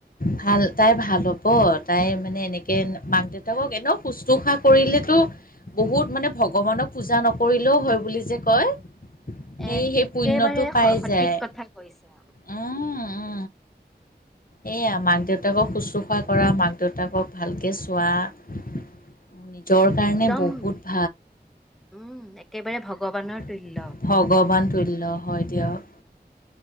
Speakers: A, on the left; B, in the centre.
A: ভাল তাই ভাল হব তাই মানে এনেকে মাক দেউতাকক এনে শুশ্ৰুষা কৰিলেতো বহুত মানে ভগৱানক পূজা নকৰিলেও হয় বুলি যে কয়, সেই
B: এক
A: সেই
B: একেবাৰে
A: পুণ্যটো পাই
B: স- সঠিক
A: যায়
B: কথা কৈছা।
A: উম উ
B: <inaudible>
A: এইয়া মাক দেউতাকক শুশ্ৰূষা কৰা মাক দেউতাকক ভালকে চোৱা। নিজৰ কাৰণে
B: একদম
A: বহুত
B: উম, একেবাৰে ভগৱানৰ
A: ভাল
B: তুল্য।
A: ভগৱান তুল্য হয় দিয়ক।